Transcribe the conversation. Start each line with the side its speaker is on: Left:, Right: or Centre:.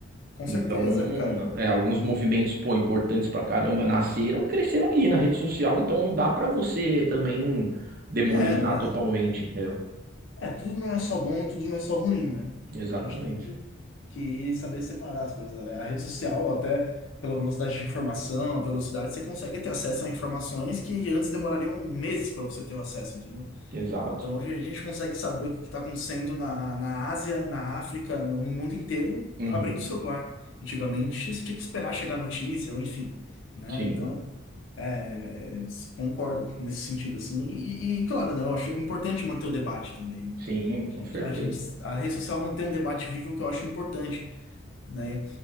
Left: com
Right: Então,
Left: certeza, cara.
Right: é, alguns movimentos, pô, importantes pra caramba nasceram e cresceram ali na rede social, então não dá pra você também demonizar
Left: É, não é,
Right: totalmente, entendeu?
Left: é, tudo não é só bom, tudo não é só ruim, né?
Right: Exatamente.
Left: A gente tem que, que saber separar as coisas. né? A rede social, até pela velocidade de informação, a velocidade, você consegue ter acesso a informações que antes demorariam meses para você ter o acesso, entendeu?
Right: Exato.
Left: Então, hoje a gente consegue saber o que está acontecendo na, na Ásia, na África, no, no mundo inteiro,
Right: Uhum.
Left: abrindo o celular. Antigamente, você tinha que esperar chegar a notícia, ou enfim, né?
Right: Sim,
Left: Então. É, é, concordo nesse sentido, assim. E, e, claro, né, eu acho importante manter o debate também. né?
Right: sim,
Left: A
Right: com
Left: gente,
Right: certeza.
Left: a gente- a rede social mantém um debate vivo que eu acho importante, né?